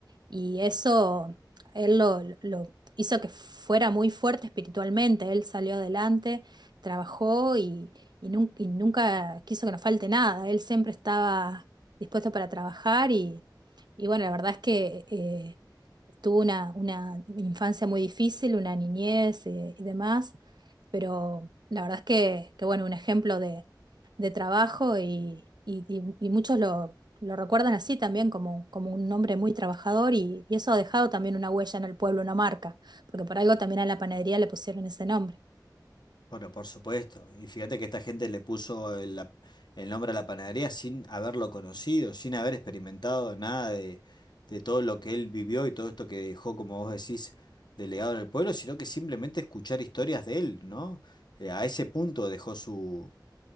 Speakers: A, on the right; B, on the left.
A: Y eso él lo, lo hizo que fuera muy fuerte espiritualmente. Él salió adelante, trabajó y, y nun- y nunca quiso que nos falte nada. Él siempre estaba dispuesto para trabajar y, y bueno, la verdad es que eh, tuvo una, una infancia muy difícil, una niñez eh, y demás, pero la verdad es que, que bueno, un ejemplo de, de trabajo y, y- y- y muchos lo, lo recuerdan así también como, como un hombre muy trabajador y, y eso ha dejado también una huella en el pueblo, una marca, porque por algo también a la panadería le pusieron ese nombre.
B: Bueno, por supuesto. Y fíjate que esta gente le puso el, la- el nombre a la panadería sin haberlo conocido, sin haber experimentado nada de, de todo lo que él vivió y todo esto que dejó, como vos decís, delegado en el pueblo, sino que simplemente escuchar historias de él, ¿no? Eh, a ese punto dejó su,